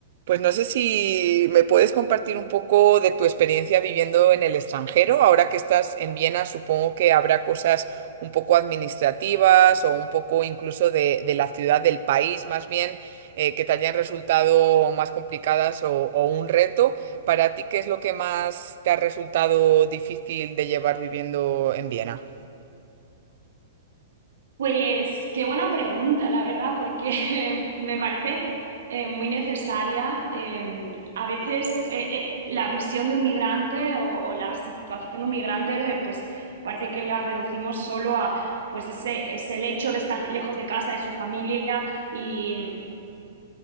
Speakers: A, on the right; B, on the right.
A: Pues no sé si me puedes compartir un poco de tu experiencia viviendo en el extranjero. Ahora que estás en Viena, supongo que habrá cosas un poco administrativas o un poco incluso de, de la ciudad, del país más bien, eh, que te hayan resultado más complicadas o, o un reto. Para ti, ¿qué es lo que más te ha resultado difícil de llevar viviendo en Viena?
B: Pues qué buena pregunta, la verdad, porque <laughs> me parece eh, muy necesaria. eh, a veces eh, eh, la visión de un migrante o, o la situación de un migrante, eh, pues parece que la reducimos solo a pues ese, es el hecho de estar lejos de casa, de su familia y,